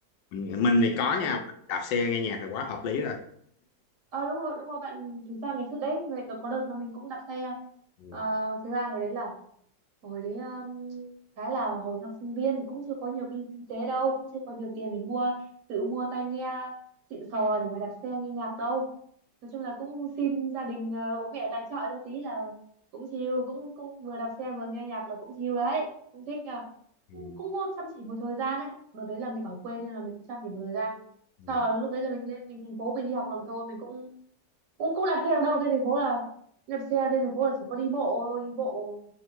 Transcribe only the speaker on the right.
ờ
Ờ, đúng rồi đúng rồi bạn thực ra ngày xưa đấy người có đợt là mình cũng đặt xe
Ờ, thực ra hồi đấy là hồi đấy um, khá là hồi học sinh viên cũng chưa có nhiều kinh, kinh tế đâu cũng chưa có nhiều tiền để mua tự mua tai nghe xịn sò để mà đặt xe nghe nhạc đâu nói chung là cũng xin gia đình ờ, bố mẹ tài trợ cho tí là cũng chill cũng cũng vừa đạp xe vừa nghe nhạc là cũng chill đấy cũng thích nhờ
cũng, cũng có chăm chỉ một thời gian đấy đợt đấy là mình ở quê nên là mình cũng chăm chỉ một thời gian
sau là lúc đấy là mình lên mình thành phố mình đi học làm thôi mình cũng cũng cũng đạp xe ở đâu trên thành phố là đạp xe trên thành phố là chỉ có đi bộ thôi đi bộ